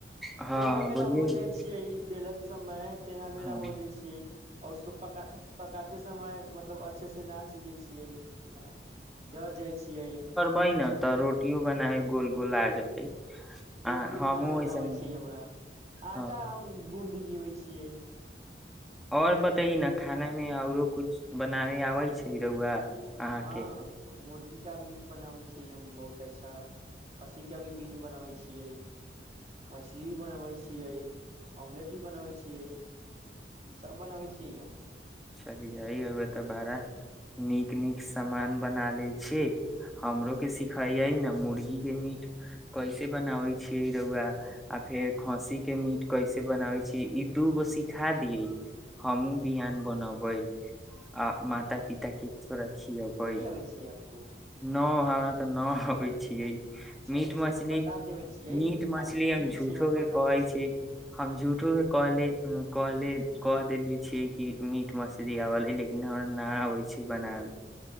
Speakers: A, in the centre; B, on the right.
A: हँ
B: टेढा मेरा
A: बोलियै
B: हो
A: ने।
B: जाइ छियै बेलत समय टेढ़ा मेरा
A: हँ
B: हो जाइ छियै आओर उसको पका - पकाते समय मतलब अच्छे से ना सीझै छियै ना जर जाइ छियै
A: बै नऽ तऽ रोटियो बनाए गोल गोल आ जेतै
B: रोटी
A: आ हमहूँ
B: बनाबे
A: ओइसे
B: नऽ आबे
A: ही
B: छै हमरा आटा
A: हँ
B: हम गुन्ध लेेबै छियै
A: आओर बताई नऽ खाना मे आउरो कुछ बनाबे आबै छै रउआ अहाँके
B: हँ मुर्गी का मीट बनाबै छीयै हम बहुत अच्छा खस्सी का भी मिट बनबै छियै मछली भी बनबै छियै ऑमलेट भी बनाबै छियै ई सब बनबै छियै हम
A: चलिये रउआ तऽ बड़ा नीक नीक सामान बना लेऽ छी हमरो केँ सिखैये नऽ मुर्गी केँ मीट कैसे बनाबै छियै रौआ आ फेर खसी केँ मीट कैसे बनाबै छिये ई दू गो सिखा दियै हमहूँ बिहान बनबै आ माता पिता केँ थोड़ा खियबै
B: <unintelligible> छी आपको
A: नऽ हमरा तऽ नऽ अबै छियै
B: चलै
A: मीट
B: छी
A: मछली
B: हम बता देबै छियै
A: मीट मछली
B: आप सुनिये
A: हम झूठो
B: छियै
A: केँ
B: बताबै
A: कहै
B: छियै
A: छै हम झुठो केँ कहली - कहली कह देले छीयै की मीट मछली अबऽ ली लेकिन हमरा नऽ आबे छै बनाबे